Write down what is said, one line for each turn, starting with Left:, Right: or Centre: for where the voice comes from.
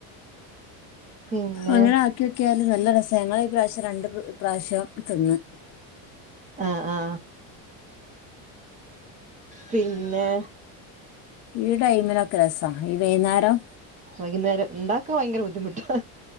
Right: പിന്നെ
Left: അങ്ങനെ ആക്കിയോക്കിയാല് നല്ല രസാ ഞങ്ങളി പ്രാവശ്യം രണ്ട് പ്രാവശ്യം തിന്ന്
Right: ആ ആ പിന്നെ
Left: ഈ ടൈമിനൊക്കെ രസാ ഈ വൈന്നേരം
Right: വൈകുന്നേരം ഇണ്ടാക്കാൻ ഭയങ്കര ബുദ്ധിമുട്ടാ